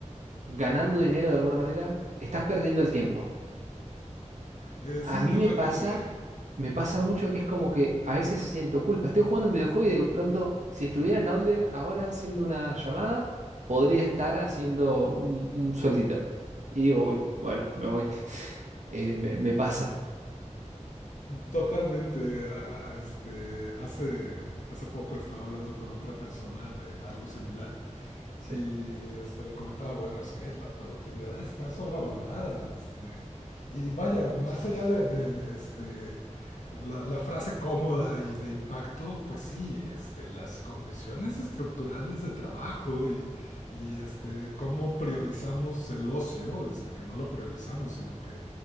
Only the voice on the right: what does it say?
ganando dinero de alguna manera, estás perdiendo el tiempo?
A
mí
me pasa, me pasa mucho que es como que a veces siento culpa, estoy jugando un videojuego y de pronto, si estuviera en Outlier ahora haciendo una llamada, podría estar haciendo un, un sueldito. Y digo, "Uy, bueno, me voy eh, me, me pasa.
sí.